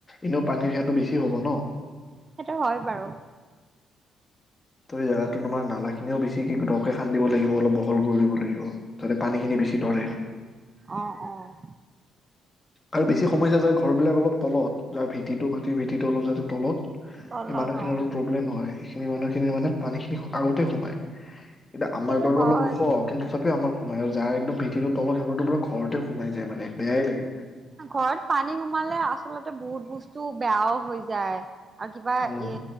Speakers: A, on the left; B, on the right.
A: এনেও পানীৰ সেৱাটো বেছি হ'ব ন।
B: সেইটো হ'য় বাৰু।
A: ত' এই জাগাটো তোমাৰ নালাগিলেঁও বেছিকে দ'কে খান্দিব লাগিব, অলপ বহল কৰি দিব দিব লাগিব, যাতে পানী খিনি বেছি ধৰে।
B: অ', অ'।
A: আৰু বেছি সময়স্যা যায় ঘৰ বিলাক অলপ তলত, যাৰ ভেটিটো মাটি ভেটিটো অলপ যাতে তলত
B: তলত
A: সেই মানুহখিনিৰ
B: অ',
A: অলপ প্ৰব্লেম হ'য়, সেইখিনি মানুহখিনি মানে পানী খিনি আগতে সোমাই। এতিয়া আমাৰ
B: সেইটো
A: বাৰু
B: হয়।
A: অলপ ওখ। কিন্তু তথাপিও আমাৰ সোমায়েই আৰু যাৰ একদম ভেটিটো তলত সিহঁতৰ পুৰা ঘৰতে সোমাই যায় মানে বেয়াই লাগে।
B: ঘৰত পানী সোমালে আচলতে বহুত বস্তু বেয়াও হৈ যায়। আৰু কিবা
A: উম
B: এ